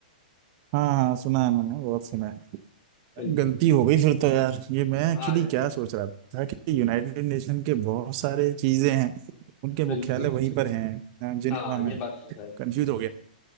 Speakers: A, on the right (about 40°); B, on the left (about 35°).
A: हाँ हाँ सुना है मैंने बहुत सुना है
B: बिल्कुल
A: गलती हो गई फिर तो यार ये मैं
B: हाँ
A: एक्चुअली
B: यार
A: क्या सोच रहा था कि यूनाइटेड नेशन के बहुत सारे चीजें हैं उनके मुख्यालय
B: बिल्कुल
A: वहीं पर हैं अ, जिनेवा
B: हाँ
A: में
B: ये बात तो है
A: कंफ्यूज हो गया